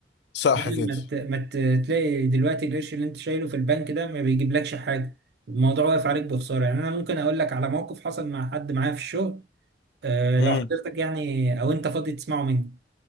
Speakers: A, on the left; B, on the right.
A: صح
B: بدل
A: كده
B: ما ت- ما ت- تلاقي دلوقتي القرش اللي انت شايله في البنك ده ما بيجيبلكش حاجه الموضوع واقف عليك بخساره يعني انا ممكن اقول لك على موقف حصل مع حد معايا في الشغل أه
A: امم
B: لو حضرتك يعني او انت فاضي تسمعه مني